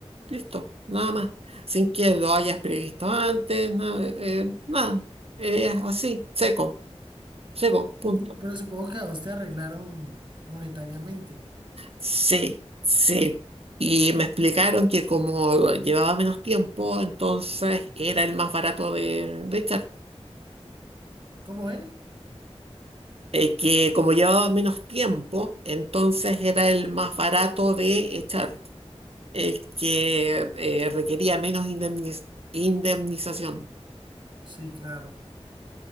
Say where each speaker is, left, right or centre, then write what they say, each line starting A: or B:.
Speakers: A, on the right; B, on the right.
A: listo, nada más. Sin que lo hayas previsto antes, nada. eh, nada. Es así, seco, seco, punto.
B: Pues, sí, Pero supongo que a vos te arreglaron monetariamente.
A: Sí, sí. Y me explicaron que como llevaba menos tiempo, entonces era el más barato de, de echar.
B: ¿Cómo es?
A: Eh, que como llevaba menos tiempo, entonces era el más barato de echar. El que eh, requería menos indemniz- indemnización.
B: Sí, claro.